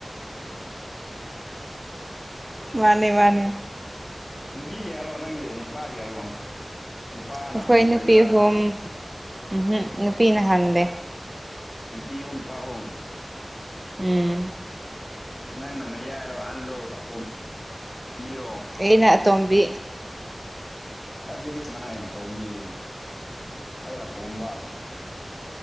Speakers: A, on the right; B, on the left.
A: ꯃꯥꯅꯦ ꯃꯥꯅꯦ
B: ꯅꯨꯄꯤ ꯀꯌꯥꯔꯣ ꯅꯪꯗꯤ ꯅꯨꯄꯥ ꯀꯌꯥ ꯍꯥꯏꯔꯣ ꯅꯨꯄꯥ
A: ꯑꯩꯈꯣꯏ
B: ꯅꯍꯟ ꯑꯣꯏꯕ꯭ꯔꯥ
A: ꯅꯨꯄꯤ ꯑꯍꯨꯝ ꯎꯝꯍꯨꯝ ꯅꯨꯄꯤꯅ ꯍꯜꯂꯦ
B: ꯅꯨꯄꯥ ꯅꯨꯄꯤ ꯍꯨꯝ ꯅꯨꯄꯥ ꯑꯍꯨꯝ
A: ꯎꯝ
B: ꯅꯪꯅ ꯃꯌꯥꯏꯔꯣ ꯑꯍꯜꯂꯣ ꯑꯇꯣꯝꯕꯤꯔꯣ
A: ꯑꯦꯩꯅ ꯇꯣꯝꯕꯤ
B: ꯑꯩꯁꯤꯗꯤ ꯆꯞ ꯃꯥꯟꯅꯩꯅ ꯑꯇꯣꯝꯕꯤꯗꯤ ꯑꯩꯅ ꯑꯇꯣꯝꯕ